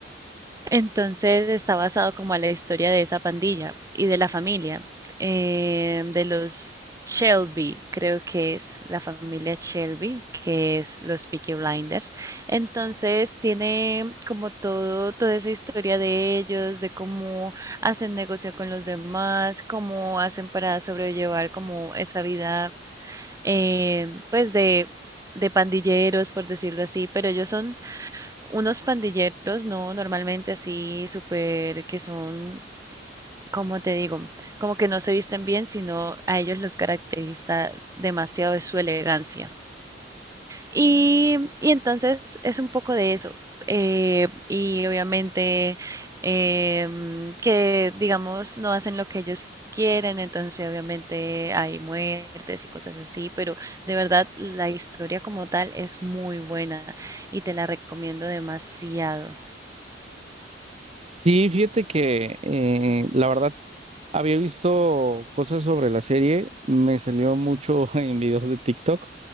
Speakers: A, on the right; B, on the right.
A: Entonces está basado como a la historia de esa pandilla y de la familia, eh, de los Shelby, creo que es la familia Shelby, que es los Peaky Blinders. Entonces tiene como todo, toda esa historia de ellos, de cómo hacen negocio con los demás, cómo hacen para sobrellevar como esa vida, eh, pues de, de pandilleros, por decirlo así, pero ellos son unos pandilleros, no, normalmente así, súper, que son, como te digo, como que no se visten bien, sino a ellos los caracteriza demasiado de su elegancia. Y, y entonces es un poco de eso. Eh, y obviamente eh, que, digamos, no hacen lo que ellos quieren, entonces obviamente hay muertes y cosas así, pero de verdad la historia como tal es muy buena y te la recomiendo demasiado.
B: Sí, fíjate que eh, la verdad Había visto cosas sobre la serie, me salió mucho <laughs> en videos de TikTok,